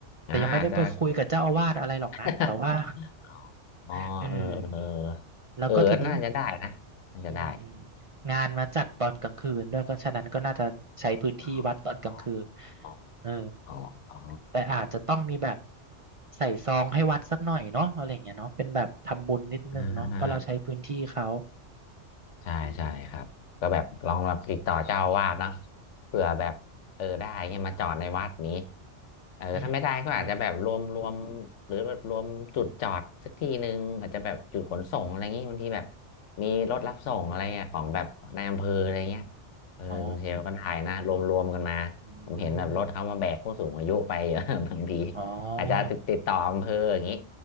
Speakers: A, on the right (about 45°); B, on the left (about 80°).
A: แต่ยังไม่ได้ไปคุยกับเจ้าอาวาสอะไรหรอกนะแต่ว่า
B: อ่าอาจจะ <laughs> อ๋อเออเออ
A: <laughs> เออแล้วก็ทีนี้
B: เออเออน่าจะได้นะน่าจะได้
A: อืมงานมาจัดตอนกลางคืนด้วยก็ฉะนั้นก็น่าจะใช้พื้นที่วัดตอนกลางคืน
B: อ๋ออ๋อ
A: เออ
B: อ๋ออ๋อ
A: แต่อาจจะต้องมีแบบใส่ซองให้วัดสักหน่อยเนาะอะไรอย่างเงี้ยเนาะเป็นแบบทำบุญนิดนึงเนาะเพราะเราใช้พื้นที่เขา
B: อ่า ใช่ใช่ครับก็แบบลองแบบติดต่อเจ้าอาวาสเนาะ
A: อืม
B: เผื่อแบบเออได้เงี้ยมาจอดในวัดนี้เออถ้าไม่ได้ก็อาจจะแบบรวมรวม
A: อืมใช่
B: หรือแบบรวมจุดจอดสักที่หนึ่งอาจจะแบบจุดขนส่งอะไรเงงี้ยบางทีแบบมีรถรับส่งอะไรเงี้ยของแบบนายอำเภออะไรเงี้ย
A: อืม
B: เออคุณเชลก็ได้นะรวมรวมกันมาผมเห็นแบบรถเขามาแบกผู้สูงอายุไปเยอะ
A: อ๋ออืม
B: <laughs> บางที
A: อ๋อ
B: อาจจะติดติดต่ออำเภออย่างนี้